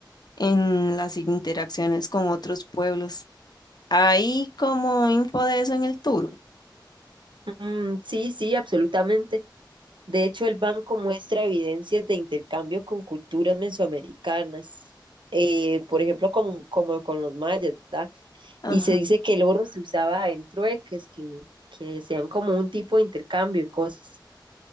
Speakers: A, on the left; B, on the right.
A: en las interacciones con otros pueblos. ¿Hay como info de eso en el tour?
B: Mm, sí, sí, absolutamente. De hecho, el banco muestra evidencias de intercambio con culturas mesoamericanas, eh, por ejemplo, como, como con los mayas, ¿verdad?
A: Ajá.
B: Y se dice que el oro se usaba en trueques, que, que sean como un tipo de intercambio y cosas.